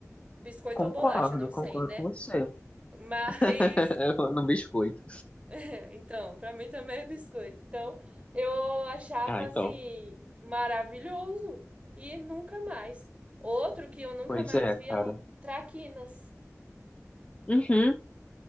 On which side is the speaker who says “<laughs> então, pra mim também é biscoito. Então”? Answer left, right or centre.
Right